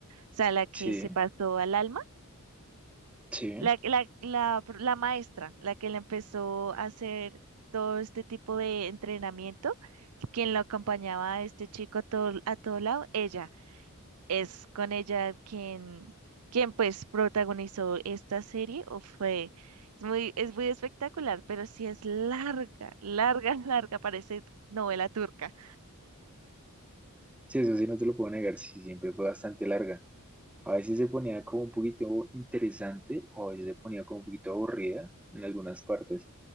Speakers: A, on the right; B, in the centre.
A: sea, la que
B: Sí,
A: se pasó al alma.
B: sí.
A: La, la, la, pro- la maestra, la que le empezó a hacer todo este tipo de entrenamiento, quien lo acompañaba a este chico a todo, a todo lado, ella, es con ella quien, quien pues protagonizó esta serie, o fue, es muy, es muy espectacular, pero sí es larga, larga, <laughs> larga, parece novela turca.
B: Sí, eso sí, no te lo puedo negar, sí, siempre fue bastante larga. A veces se ponía como un poquito interesante o a veces se ponía como un poquito aburrida en algunas partes,